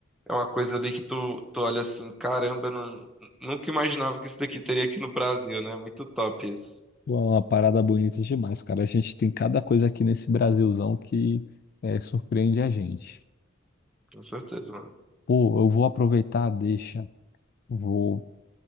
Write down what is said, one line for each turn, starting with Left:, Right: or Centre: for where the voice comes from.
Centre: é uma coisa ali que tu, tu olha assim, caramba, eu não, nunca imaginava que isso daqui teria aqui no Brasil, né? Muito top isso,
Left: Pô, é uma parada bonita demais, cara. A gente tem cada coisa aqui nesse Brasilzão que é, surpreende a gente.
Centre: com certeza, mano.
Left: Pô, eu vou aproveitar, a deixa. Vou,